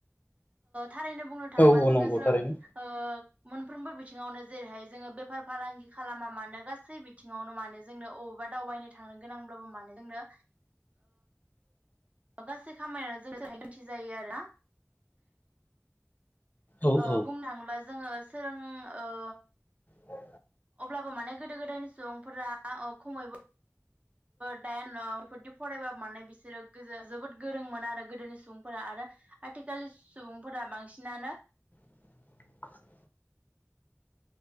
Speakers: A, on the right (about 25°); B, on the left (about 35°).
A: थारैनो बुंनो थाङोबा
B: औ औ
A: जोङो
B: नंगौ
A: जोलों
B: थारैनो
A: मोनफ्रोमबो बिथिङावनो जेरैहाय जोङो बेफार फालांगि खालामा मानो गासै बिथिङावनो मानो जोंनो बा दावबायनो थांनो गोनांब्लाबो मानो जोंनो। गासै खामानियानो जों थाखाय मिन्थिजायो आरोना।
B: औ
A: ओ
B: औ
A: बुंनो थाङोबा जोङो सोरों ओ।
B: औ।
A: अब्लाबो माने गोदो गोदायनि सुबुंफोरा अ! खमैबो दायन बेफोरदि फरायबा माने बिसोरो गोजा जोबोद। गोरों मोना आरो गोदोनि सुबुंफोरा आरो आथिखालनि सुबुंफोरा बांसिनानो।
B: <unintelligible>